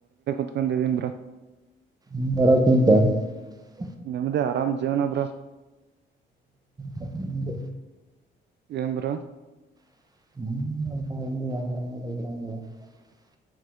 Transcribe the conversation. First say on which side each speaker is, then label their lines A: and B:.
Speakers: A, on the right (about 60°); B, on the right (about 20°).
A: ತ್ ಬಂದಿದೀನ್ ಬ್ರೋ.
B: ಹ್ಮರ ಕುಂತ <unintelligible>
A: ನಿಮ್ದೇ ಆರಾಮ್ ಜೀವನಬ್ರೋ,,
B: ಹ್ಮ್,
A: ಎನ್ ಬ್ರೋ..
B: ಹ್ಮ್, <unintelligible> ಯ ಹರ <inaudible>